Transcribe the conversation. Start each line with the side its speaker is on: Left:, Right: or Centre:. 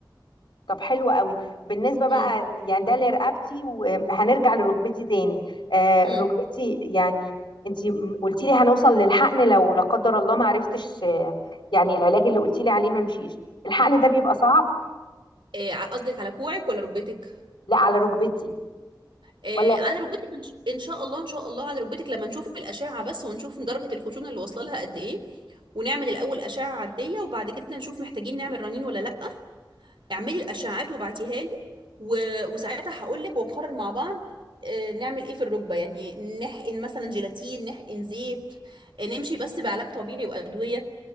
Left: طب حلو قوي بالنسبة بقى
Right: امم
Left: يعني ده لرقبتي وهنرجع لركبتي تاني آه
Right: امم
Left: ركبتي يعني انتي قلتي لي هنوصل للحقن لو لا قدر الله ما عرفتش آه يعني العلاج اللي قلتي لي عليه ما مشيش الحقن ده بيبقى صعب
Right: آه، ع- قصدك على كوعك ولا ركبتك
Left: لا على ركبتي
Right: آه،
Left: ولا
Right: على ركبتك إن ش- إن شاء الله إن شاء الله على ركبتك لما نشوف الأشعة بس ونشوف درجة الخشونة اللي واصلة لها قد إيه ونعمل الأول أشعة عادية وبعد كده نشوف محتاجين نعمل رنين ولا لأ اعملي الأشعات وبعتيها لي و... وساعتها هقول لك ونقرر مع بعض آه، نعمل إيه في الركبة يعني نحقن مثلا جيلاتين نحقن زيت آه، نمشي بس بعلاج طبيعي وأدوية